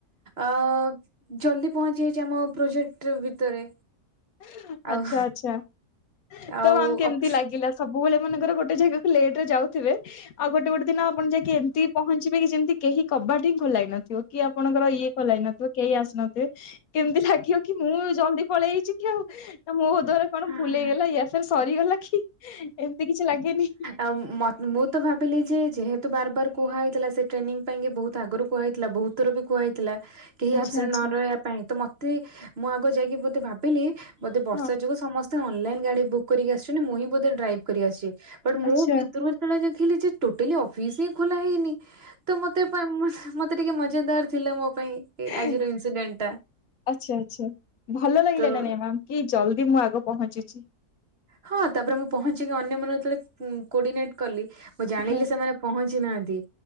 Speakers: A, on the right; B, on the left.
A: ଅ- ଜଲ୍ଦି ପହଞ୍ଚି ଯାଇଚି ଆମ ପ୍ରୋଜେକ୍ଟ୍ ଭିତରେ
B: ଆଚ୍ଛା
A: ଆଉ
B: ଆଚ୍ଛା
A: ଆଉ
B: ତ ଆମ୍- କେମିତି
A: ଅଫ
B: ଲାଗିଲା ସବୁବେଳେ ମନେକର ଗୋଟେ ଜାଗାକୁ ଲେଟ୍ ରେ ଯାଉଥିବେ ଆଉ ଗୋଟେ ଗୋଟେ ଦିନ ଆପଣ ଯାଇକି ଏମିତି ପହଞ୍ଚିବେ କି ଯେମିତି କେହି କବାଟ ହିଁ ଖୋଲା ହେଇନଥିବ। କି ଆପଣଙ୍କର ଇଏ <unintelligible> ହେଇନଥିବ କେହି ଆସିନଥିବେ କେମିତି ଲାଗିବ କି ମୁଁ ଜଲ୍ଦି ପଳେଇ ଆଇଚି କି ଆଉ ନା ମୋ ଦ୍ବାରା କଣ
A: ହଁ
B: ଭୁଲ୍ ହେଇଗଲା କି ୟା ଫିର୍ ସରିଗଲା କି। ଏମିତି କିଛି ଲାଗେନି।
A: ଆଉ ମତ୍-ମୁଁ ତ ଭାବିଲି ଯେ ଯେହେତୁ ବାର୍ ବାର୍ କୁହା ହେଇଥିଲା ସେ ଟ୍ରେନିଂ ପାଇଁ ବହୁତ ଆଗରୁ କୁହା ହେଇଥିଲା ବହୁତ୍ <unintelligible> କୁହାହେଇଥିଲା। କେହି
B: ଆଚ୍ଛା
A: ଆବସେଣ୍ଟ୍
B: ଆଚ୍ଛା
A: ନ ରହିବା ପାଇଁ ତ ମତେ ମୁଁ ଆଗ ଯାଇକି <unintelligible> ଭାବିଲି ବୋଧେ ବର୍ଷା
B: ହଁ
A: ଯୋଗୁ ସମସ୍ତେ ଅନଲାଇନ୍ ଗାଡି ବୁକ୍ କରିକି ଆସିଚନ୍ତି ମୁଁ ହିଁ ବୋଧେ ଡ୍ରାଇଭ୍ କରିକି ଆସିଚି। ବଟ୍ ମୁଁ
B: ଆଚ୍ଛା
A: ଭିତରୁ ଯେତବେଳେ ଦେଖିଲି ଯେ ଟୋଟାଲି ଅଫିସ୍ ହିଁ ଖୋଲା ହେଇନି ତ ମତେ ପାଇଁ ମତେ ଟିକେ ମଜେଦାର୍ ଥିଲା ମୋ ପାଇଁ।
B: ଆଚ୍ଛା
A: ଆଜିର ଇନସିଡେଣ୍ଟ
B: -ଆଚ୍ଛା। ଭଲ ଲାଗିଲା
A: ଟା
B: ନା
A: ତ
B: ନାଇ ମ୍ୟାମ୍? କି ଜଲ୍ଦି ମୁଁ ଆଗ ପହଞ୍ଚିଚି।
A: ହଁ ତାପରେ ମୁଁ ପହଞ୍ଚିକି ଅନ୍ୟମାନେ ଯେତେବେଳେ ଉଁ- କୋଡିନେଟ୍ କଲି ମୁଁ ଜାଣିଲି
B: ହଁ
A: ସେମାନେ ପହଞ୍ଚି ନାହାନ୍ତି